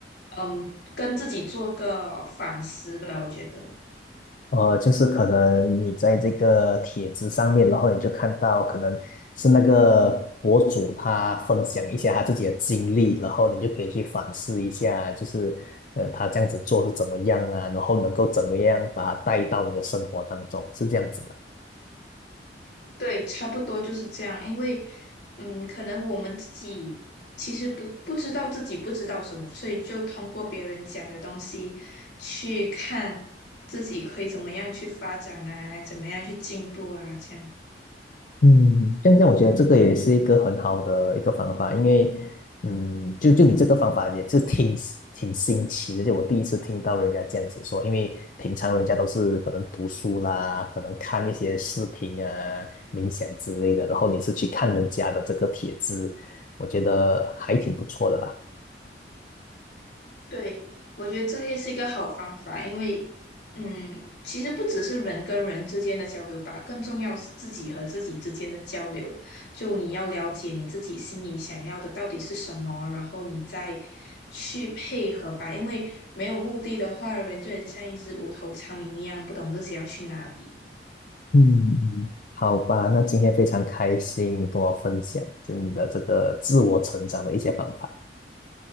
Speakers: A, on the left; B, on the left.
A: 嗯，跟自己做个反思吧，我觉得。
B: 呃，就是可能你在这个帖子上面，然后你就看到可能是那个博主他分享一些他自己的经历，然后你就可以去反思一下，就是呃他这样子做是怎么样啊，然后能够怎么样把它带到你的生活当中，是这样子吗？
A: 对，差不多就是这样。因为，嗯，可能我们自己其实不不知道自己不知道什么，所以就通过别人讲的东西去看自己可以怎么样去发展啊，怎么样去进步啊，这样。
B: 嗯，这样这样我觉得这个也是一个很好的一个方法，因为，嗯，就就你这个方法也是挺挺新奇的，就我第一次听到人家这样子说，因为平常人家都是可能读书啦，可能看一些视频啊、冥想之类的，然后你是去看人家的这个帖子，我觉得还挺不错的啦。
A: 对，我觉得这也是一个好方法，因为，嗯，其实不只是人跟人之间的交流吧，更重要是自己和自己之间的交流。就你要了解你自己心里想要的到底是什么，然后你再去配合吧。因为没有目的的话，人就很像一只无头苍蝇一样，不懂自己要去哪里。
B: 嗯，好吧，那今天非常开心，跟我分享就你的这个自我成长的一些方法。